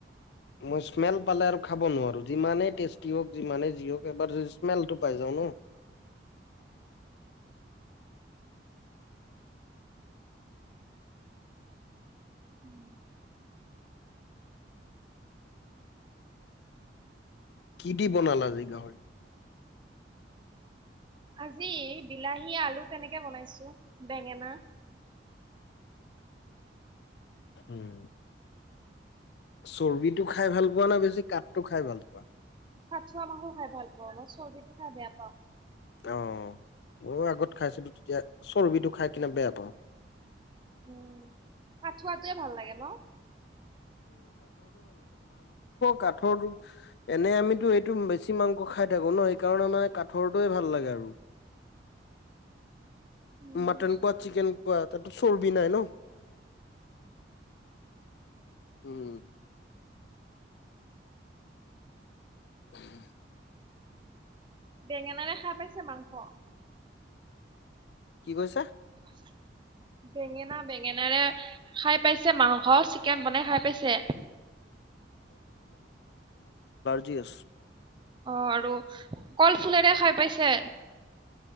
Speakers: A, on the left (about 60°); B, on the right (about 25°).
A: মই স্মেল পালে আৰু খাব নোৱাৰো, যিমানেই টেষ্টি হওক যিমানে যি যি হওক বা <unintelligible> স্মেলটো পাই যাও ন?
B: উম।
A: কি দি বনালা আজি গাহৰি?
B: <unintelligible> আজি বিলাহী আলু তেনেকে বনাইছো বেঙেনা। <unintelligible>
A: উম। চৰ্বিটো খাই ভাল পোৱা না বেছি কাঠটো খাই ভাল পোৱা?
B: খাচুৱোৱা মংস খাই ভাল পাওঁ মই চৰ্্বদিটো খাই বেয়া পাওঁ।
A: আহ ময়ো আগত খাইছিলো তেতিয়া চৰ্বিটো খাই কিনে বেয়া পাওঁ।
B: উম পঠোৱাটোৱে ভাল লাগে ন?
A: কাঠৰোক, এনে আমিতো এইটো বেছি মাংস খাই থাকো ন সেইকাৰণে মানে কাঠৰটোয়ে ভাল ল লে আৰু।
B: উম,
A: মাটন পোৱা চিকেন পোৱা তাতো চৰ্বি নাই ন। উম। উম।
B: বেঙেনাৰে খাই পাইছে মাংস?
A: কি কৈছা?
B: <unintelligible> বেঙেনা- বেঙেনাৰে খাই পাইছে মাংস চিকেন বনাই খাই পাইছে?
A: জি আ <inaudible>
B: অ আৰু কল ফুলৰে খাই পাইছে?